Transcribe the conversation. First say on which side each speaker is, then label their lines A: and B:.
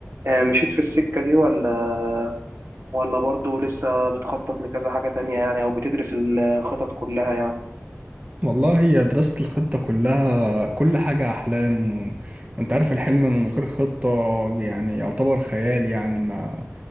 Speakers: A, on the right; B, on the right.
A: آه، مشيت في السكة دي ولا ولا برضه لسه بتخطط لكذا حاجة تانية يعني أو بتدرس الخطط كلها يعني؟
B: والله هي دراسة الخطة كلها كل حاجة أحلام و- وأنت عارف الحلم من غير خطة يعني يعتبر خيال يعني ما